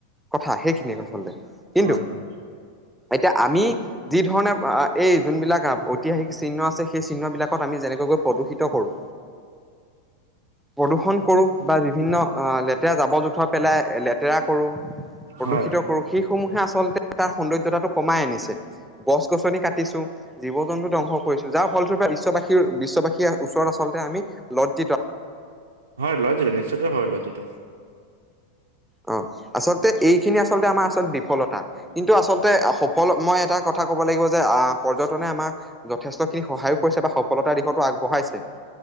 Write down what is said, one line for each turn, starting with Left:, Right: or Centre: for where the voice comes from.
Centre: কথা সেইখিনিয়ে আচলতে, কিন্তু
Right: হয়-হয়,
Centre: এতিয়া আমি যি ধৰণে এই যোনবিলাক ঐতিহাসিক চিহ্ন আছে সেই চিহ্নবিলাকত আমি যেনেকৈ প্ৰদূষিত কৰোঁ। প্ৰদূষন কৰো বা বিভিন্ন অ' লেতেৰা জাবৰ-জোথৰ পেলাই লেতেৰা কৰো প্ৰদূষিত
Right: হয়
Centre: কৰো সেইসমূহে আচলতে, তাৰ সৌন্দৰ্যতাটো কমাই আনিছে গছ-গছনি কাটিছো। জীৱ-জন্তু ধ্বংস কৰিছো যাৰ ফলস্বৰূপে বিশ্ববাসীৰ বিশ্ববাসীৰ ওচৰত আচলতে আমি লজিত,
Right: হয় লজিত নিশ্চয়তে হয় লজিত।
Centre: অ' আচলতে এইখিনি আচলতে আমাৰ আচল বিফলতা কিন্তু আচলতে শক্তি হ'ল মই এটা কথা ক'ব লাগিব যে পৰ্যটনে আমাক। যথেষ্টখিনি সহায়ো কৰিছে বা সফলতাৰ দিশতো আগবঢ়াইছে।